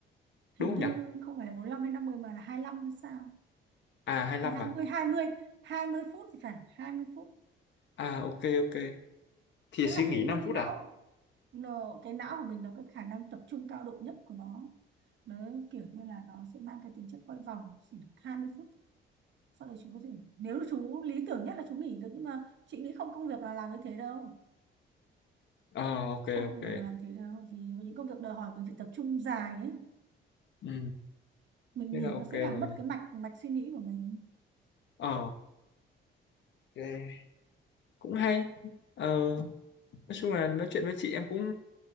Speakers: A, on the left; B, on the right.
A: đúng
B: hình
A: không
B: như
A: nhỉ
B: không phải 45 hay 50 mà là hai lăm hay sao?
A: à hai
B: Hay
A: lăm
B: hai
A: à
B: hai mươi hai mươi hai mươi phút thì phải, 20 phút.
A: à ok ok thì
B: Tức
A: suy
B: là
A: nghỉ
B: cái
A: năm phút
B: não,
A: à
B: nó, cái não của mình nó cái khả năng tập trung cao độ nhất của nó. Nó kiểu như là nó sẽ mang cái tính chất quay vòng chỉ được 20 phút. Sau đấy chú có thể, nếu chú lý tưởng nhất là chú nghỉ được nhưng mà chị nghĩ không công việc là làm như thế đâu.
A: ờ ok
B: không
A: ok
B: công việc làm thế đâu vì những công việc đòi hỏi mình phải tập trung dài ấy
A: ừ
B: mình
A: thế
B: nghỉ
A: là ok
B: nó sẽ
A: rồi
B: làm mất cái mạch mạch suy nghĩ của mình
A: ờ ok cũng hay ờ nói chung là nói chuyện với chị em cũng